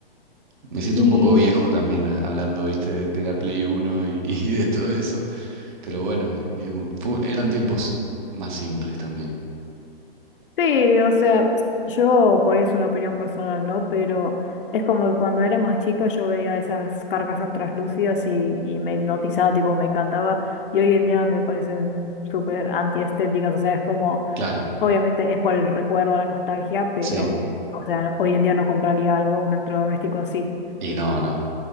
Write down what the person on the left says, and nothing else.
Y
Sí, o sea, yo por eso una opinión personal, ¿no? Pero es como que cuando era más chica yo veía esas carcasas translúcidas y, y me hipnotizaba, tipo, me encantaba. Y hoy en día me parecen súper antiestéticas, o sea, es como,
obviamente es por el recuerdo, la nostalgia, pero,
o sea, hoy en día no compraría algo, un electrodoméstico así.